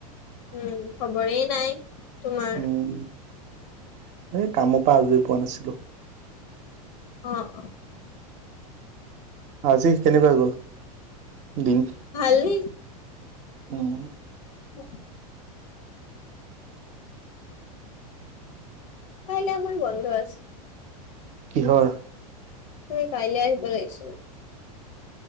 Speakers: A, on the left; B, on the right.
A: উম খবৰেই নাই তোমাৰ
B: উম এই কামৰ পৰা আজৰি পোৱা নাছিলো
A: অ অ
B: আজি কেনেকুৱা গল দিন
A: ভাল ন
B: উম
A: অ তাইে আমাৰ বন্ধ আছে
B: কিহৰ
A: তুমি কাইলৈ আহ বাৰাইছ <unintelligible>